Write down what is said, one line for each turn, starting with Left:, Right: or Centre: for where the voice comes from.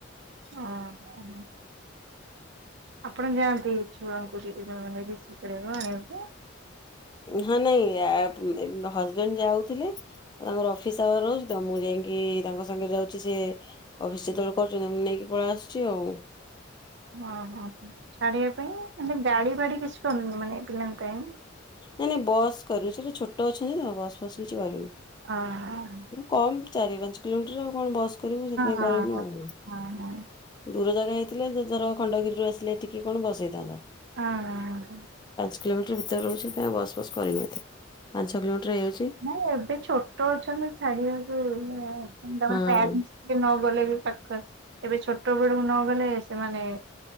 Right: ହଁ ହଁ। ଆପଣ ଯାଆନ୍ତି ଛୁଆଙ୍କୁ ରିସିଭ କରିବାକୁ ଆଣିବାକୁ।
Left: ହଁ ନାଇଁ ହଜବେଣ୍ଡ ଯାଉଥିଲେ। ଆଉ ତାଙ୍କର ଅଫିସ୍ ଆୱାର ରହୁଛି ତ ମୁଁ ଯାଇକି ତାଙ୍କ ସାଙ୍ଗରେ ଯାଉଛି। ସେ ଅଫିସ ଯେତେବେଳେ କରୁଛନ୍ତି ମୁଁ ନେଇକି କି ପଳ ଆସୁଛି ଆଉ।
Right: ଓହୋ ଛାଡିବା ପାଇଁ। ମାନେ ଗାଡି ଫାଡି କିଛି କରୁୁନି ମାନେ ପିଲାଙ୍କ ପାଇଁ।
Left: ନାଇଁ ନାଇଁ ବସ୍ କରିନୁ। ସେଟା ଛୋଟ ଅଛନ୍ତି ତ ବସ୍ ଫସ୍ କିଛି କରିନୁ।
Right: ଅ ହ।
Left: କମ ଚାରି ପାଞ୍ଚ କିଲୋମିଟର ଆଉ କଣ ବସ କରିବୁ। ସେଥିପାଇଁ
Right: ହଁ
Left: କରିନୁ ଆଉ।
Right: ହଁ ହଁ
Left: ଦୂର ଜାଗା ହେଇଥିଲେ ଧର ଖଣ୍ଡଗିରିରୁ ଆସିଲେ ଟିକି କଣ ବସ ହୋଇଥାନ୍ତା।
Right: ହଁ।
Left: କିଲୋମିଟର ଭିତରେ ରହୁଛି। ବସ ବସ୍ କରିକି ଏତେ ପାଞ୍ଚ ଛଅ କିଲୋମିଟର ହେଇଯାଉଛି।
Right: ନ ଏବେ ଛୋଟ ଅଛନ୍ତି। ଛାଡିବାକୁ <unintelligible>
Left: ହଁ
Right: ଗଲେ ବି ପାଖରେ ଏବେ ଛୋଟ ବଳକୁ ନ ଗଲେ। ସେମାନେ